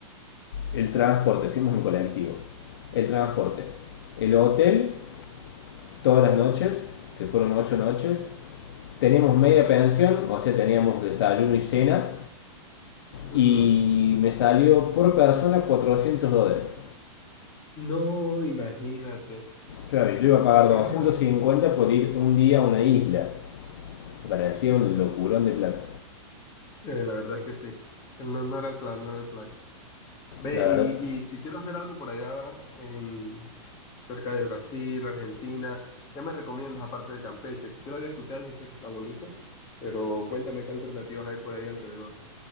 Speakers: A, on the left (about 45°); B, on the left (about 20°).
A: el transporte, fuimos en colectivo, el transporte, el hotel todas las noches, que fueron ocho noches. Teníamos media pensión, o sea, teníamos desayuno y cena,
B: Ujú.
A: y me salió por persona 400 dólares.
B: No, imagínate.
A: Claro, yo iba a pagar
B: O sea
A: 250
B: que está.
A: por ir un día a una isla. Me parecía un locurón de plata,
B: eh, la verdad es que sí. Que No, no era el plan, no era el plan. Ve,
A: la
B: y,
A: verdad.
B: y si quiero hacer algo por allá en cerca de Brasil, Argentina, ¿qué me recomiendas aparte de Campeche? Que sí lo había escuchado y sí sé que está bonito, pero cuéntame qué alternativas hay por ahí alrededor.